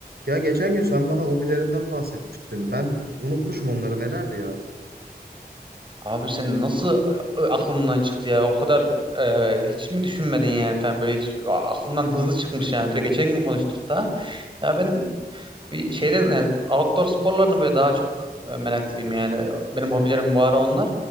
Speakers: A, on the right; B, on the right.
A: Ya geçen gün sen bana hobilerinden bahsetmiştin. Ben unutmuşum onları nelerdi ya.
B: Abi sen nasıl e, aklından çıktı ya? O kadar e, hiç mi düşünmedin yani falan böyle hiç aklından hızlı çıkmış yani. Bir de geçen gün konuştuk da. Ya ben bir şeyden yani outdoor sporlarını böyle daha çok e, meraklıyım yani. Benim hobilerim bu ara onlar.